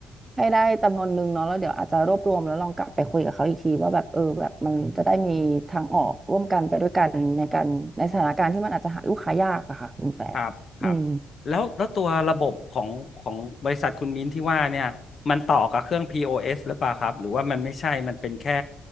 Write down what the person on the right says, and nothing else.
ให้ได้จำนวนหนึ่งเนาะแล้วเดี๋ยวอาจจะรวบรวมแล้วลองกลับไปคุยกับเขาอีกทีว่าแบบเออแบบมันจะได้มีทางออกร่วมกันไปด้วยกันในการในสถานการณ์ที่มันอาจจะหาลูกค้ายากอะค่ะคุณแฟร์อืม